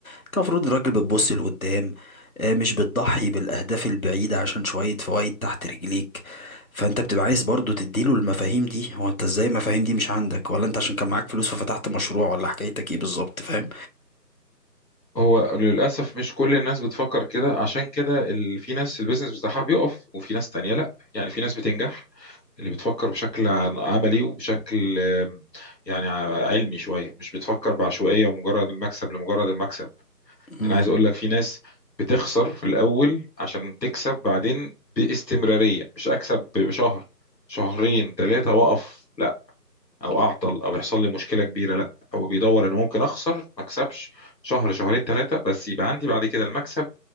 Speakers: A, on the left; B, on the left.
A: انت المفروض الراجل بتبص لقدام آه، مش بتضحي بالاهداف البعيدة عشان شوية فوائد تحت رجليك فانت بتبقى عايز برضو تديله المفاهيم دي هو انت ازاي المفاهيم دي مش عندك ولا انت عشان كان معاك فلوس ففتحت مشروع ولا حكايتك ايه بالظبط فاهم
B: هو للاسف مش كل الناس بتفكر كده عشان كده ال- في ناس البيزنس بتاعها بيقف وفي ناس تانية لا يعني في ناس بتنجح اللي بتفكر بشكل عن- عملي وبشكل آم، يعني ع- علمي شوية مش بتفكر بعشوائية ومجرد المكسب لمجرد المكسب
A: امم
B: أنا عايز أقول لك في ناس بتخسر في الأول عشان تكسب بعدين باستمرارية مش أكسب بشهر شهرين ثلاثة وأقف لا أو أعطل أو يحصل لي مشكلة كبيرة لا هو بيدور إنه ممكن أخسر ما أكسبش شهر شهرين ثلاثة بس يبقى عندي بعد كده المكسب